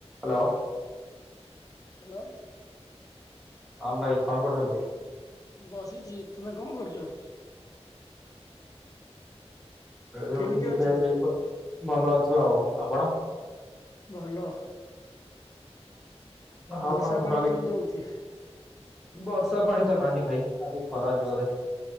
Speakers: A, in the centre; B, on the left.
A: Hello.
B: Hello.
A: ହଁ ଭାଇ କଣ କରୁଛନ୍ତି?
B: ବସିଛି ତୁମେ କଣ କରୁଛ?
A: ଏ
B: କେମିତି
A: ଉଠିକି
B: ଅଛ
A: ଫ୍ରେଶ ହେଇକି ବ ଭଲ ଅଛୁ ଆଉ ଆପଣ?
B: ଭଲ।
A: ଆଉ
B: ବର୍ଷା
A: କଣ ସକାଳୁ
B: ପାଣି
A: କିଛିି
B: କେମିତି ହଉଛି
A: ବର୍ଷା ପାଣି ତ ନାହିଁ ଭାଇ ଆଜି ଖରା ଜୋରେ